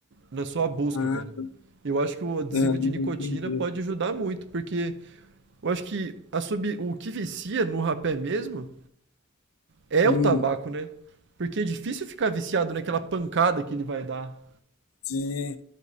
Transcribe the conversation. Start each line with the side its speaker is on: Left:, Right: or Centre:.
Right: na sua busca,
Left: Ah,
Right: cara. Eu acho que o adesivo
Left: ah,
Right: de
Left: entendi.
Right: nicotina pode ajudar muito, porque eu acho que a sub, o que vicia no rapé mesmo é
Left: Hum,
Right: o tabaco, né? Porque é difícil ficar viciado naquela pancada que ele vai dar.
Left: sim.